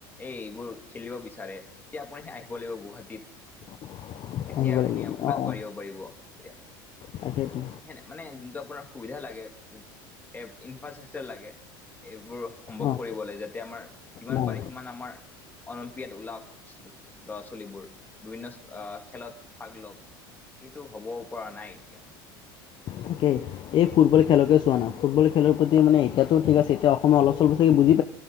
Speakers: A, on the left (about 15°); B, on the left (about 45°).
A: এই এইবোৰ খেলিব বিচাৰে এতিয়া আপুনি আহিব লাগিব গুৱাহাটীত
B: <unintelligible>
A: তেতিয়াই
B: আহিব
A: আপুনি
B: লাগিব অঁ
A: আগবাঢ়িব
B: অঁ
A: পাৰিব। তেতিয়া
B: তাকেইতো
A: সেনে মানে যোনটো আপোনাৰ সুবিধা লাগে। এ ইনফ্ৰাষ্ট্ৰাকচাৰ লাগে এইবোৰ সম্ভৱ
B: অঁ
A: কৰিব লাগে যাতে আমাৰ যিমান
B: নাই
A: পাৰে সিমান আমাৰ। অলিম্পিয়াত ওলাওক ল'ৰা ছোৱালীবোৰ বিভিন্ন আহ খেলত ভাগ লওক- সেইটো হব পৰা নাই এতিয়া।
B: তাকে এই ফুটবল খেলকে চোৱা নাই ফুটবল খেলৰ প্ৰতি মানে এয়াতো ঠিক আছে এতিয়া অসমে অলপ চলপ চাগে বুজি।